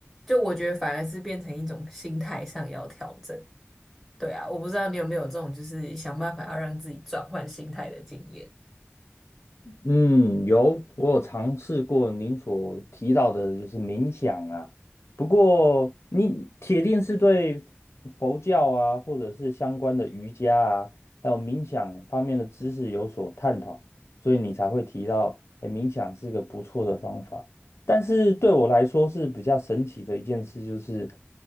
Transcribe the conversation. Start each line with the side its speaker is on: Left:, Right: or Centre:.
Centre: 就我觉得反而是变成一种心态上要调整。对啊，我不知道你有没有这种就是想办法要让自己转换心态的经验。
Left: 嗯，有，我有尝试过您所提到的，就是冥想啊。不过，你铁定是对佛教啊，或者是相关的瑜伽啊，还有冥想方面的知识有所探讨，所以你才会提到，诶冥想是个不错的方法。但是对我来说是比较神奇的一件事，就是，